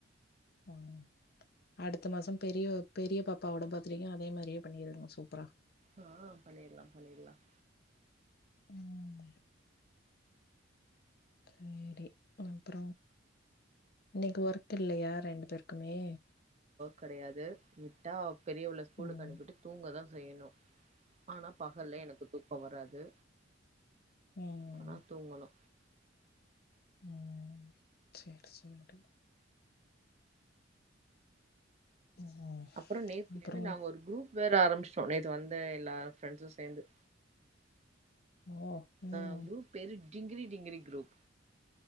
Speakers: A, on the left (about 55°); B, on the right (about 35°).
A: ம் அடுத்த மாசம் பெரிய பெரிய பாப்பாவோட பர்த்டேக்கும் அதே மாதிரியே பண்ணிருங்க சூப்பரா
B: ஆ பண்ணிடலாம் பண்ணிடலாம்
A: ம் சேரி அப்ற உங்களுக் ஒர்க் த் இல்லயா ரெண்டு பேருக்குமே
B: கிடையாது மிட்டா பெரியவள ஸ்கூலுகுனுபிட்டு
A: ம்.
B: தூங்க தா செய்யணும் ஆனா பகல்ல எனக்கு தூக்கோ வராது
A: உம்
B: ஆனா தூங்கணு
A: உம் சேரி சேரி ம்.
B: அப்புறம் நேத்திலருந்து
A: அப்புறம்
B: நாங்க ஒரு குரூப் வேற ஆரம்பிச்சு சென்ன வந்த எல்லார ஃப்ரெண்ட்ஸும் சேந்து
A: ஓ உம்
B: ஆ குரூப் பேரு டிங்கிரி டிங்கிரி குரூப்